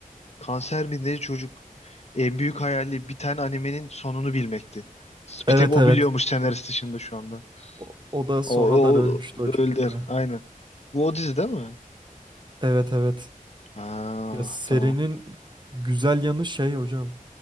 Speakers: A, on the left (about 50°); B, on the right (about 30°).
A: Kanser mi ne çocuk? En büyük hayali bir tane animenin sonunu bilmekti.
B: Evet
A: Bir tek o
B: evet.
A: biliyormuş senarist dışında şu anda.
B: O, o da sonradan
A: O, o,
B: ölmüştü
A: o öldür.
B: o çocuk da.
A: Aynen. Bu o dizi değil mi?
B: Evet evet.
A: Ha,
B: Ya serinin
A: tamam.
B: güzel yanı şey hocam.